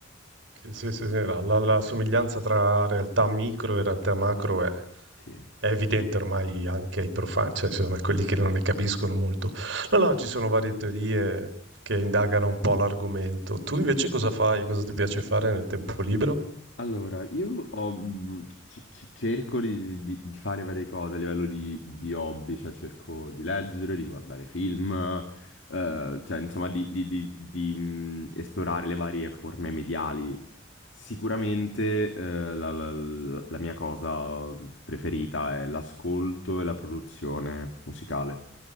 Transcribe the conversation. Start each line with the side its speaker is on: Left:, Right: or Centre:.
Right: Sì, sì, sì, sì, La, la- la somiglianza tra realtà micro e realtà macro è
Left: sì.
Right: È evidente ormai anche ai profani, cioè insomma a quelli che non ne capiscono molto. No,
Left: sì.
Right: no, ci sono varie teorie che indagano un po' l'argomento. Tu invece cosa fai? Cosa ti piace fare nel tempo libero?
Left: Allora, io ho, mh, c- c- cerco di, di- di fare varie cose a livello di, di hobby, cioè cerco di leggere, di guardare film, eh, cioè insomma di, di- di- di, mh, esplorare le varie forme mediali. Sicuramente eh, la, la- la- la mia cosa preferita è l'ascolto e la produzione musicale.